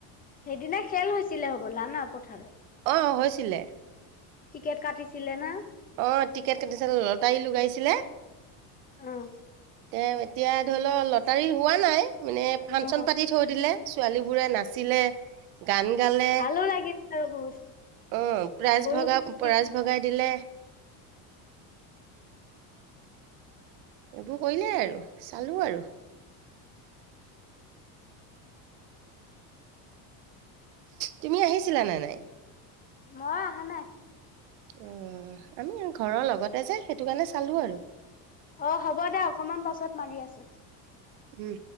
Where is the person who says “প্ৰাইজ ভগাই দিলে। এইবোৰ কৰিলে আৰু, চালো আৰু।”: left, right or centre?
Right